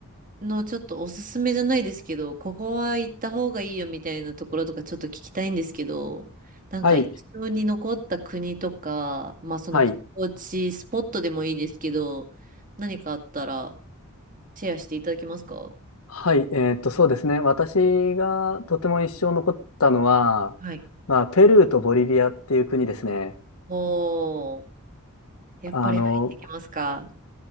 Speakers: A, on the right; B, on the left.
A: のちょっとおすすめじゃないですけど、ここは行った方がいいよみたいなところとかちょっと聞きたいんですけど、なんか印象に残った国とか、
B: はい、
A: まあその観光地、
B: はい、
A: スポットでもいいですけど、何かあったらシェアしていただけますか
B: はい、えーっと、そうですね。私がとても印象残ったのは、
A: はい。
B: まあ、ペルーとボリビアっていう国ですね。
A: おー、やっぱり入ってきますか
B: あの、